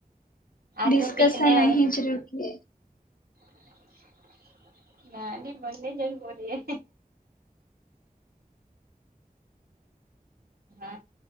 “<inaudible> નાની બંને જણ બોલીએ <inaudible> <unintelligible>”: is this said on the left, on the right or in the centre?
Right